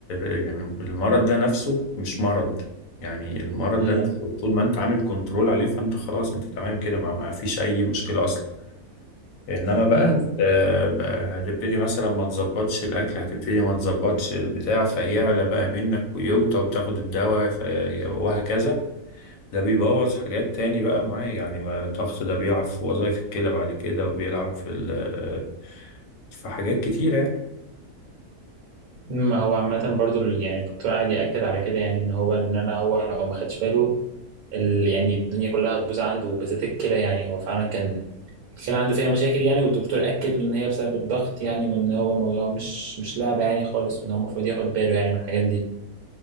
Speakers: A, on the left (about 70°); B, on the right (about 70°).
A: آه، يعني المرض ده نفسه مش مرض يعني المرض
B: مم.
A: ده نفسه طول ما انت عامل كنترول عليه فانت خلاص انت تمام كده ما, ما فيش اي مشكله اصلا انما بقى
B: مم.
A: آه، بقى هتبتدي مثلا ما تظبطش الاكل هتبتدي ما تظبطش البتاع فيعلى بقى منك ويوطى وتاخد الدواء في- وهكذا ده بيبوظ حاجات تاني بقى معاه يعني ما الضغط ده بيلعب في وظائف الكلى بعد كده وبيلعب في ال- في حاجات كتيرة يعني
B: ما هو عامة برضه ال- يعني الدكتور قاعد يأكد على كده يعني إن هو إن أنا هو لو ما خدش باله ال... يعني الدنيا كلها هتبوظ عنده وبالذات الكلى يعني هو فعلا كان الكلى عنده فيها مشاكل يعني والدكتور أكد له إن هي بسبب الضغط يعني وإن هو الموضوع مش مش لعبة يعني خالص وإن هو المفروض ياخد باله يعني من الحاجات دي